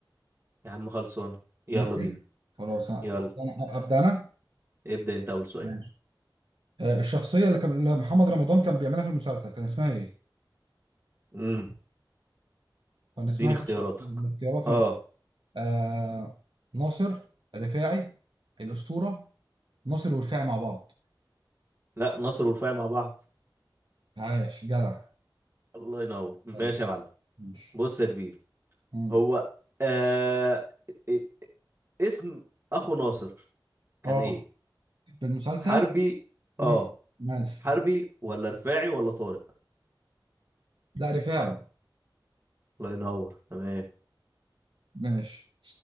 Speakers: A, on the right (about 30°); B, on the right (about 75°).
A: يا عم خلصان يلا
B: ماشي
A: بينا
B: خلاص انا
A: يلا
B: أنا- ابدا انا
A: ابدأ انت اول سؤال
B: ماشي آه، الشخصية اللي كان اللي محمد رمضان كان بيعملها في المسلسل كان اسمها ايه؟
A: امم
B: كان اسمها
A: اديني اختياراتك
B: ايه الشخصية؟ الاختيارات
A: اه
B: ماشي آه ناصر رفاعي الأسطورة ناصر ورفاعي مع بعض
A: لا ناصر ورفاعي مع بعض
B: عاش جدع
A: الله ينور ماشي
B: يعني
A: يا معلم
B: مش
A: بص يا كبير
B: مم.
A: هو آه... ا- اسم اخو ناصر كان
B: اه
A: ايه
B: في المسلسل
A: حربي
B: مم.
A: اه
B: ماشي
A: حربي ولا رفاعي ولا طارق
B: لا رفاعي
A: الله ينور تمام
B: ماشي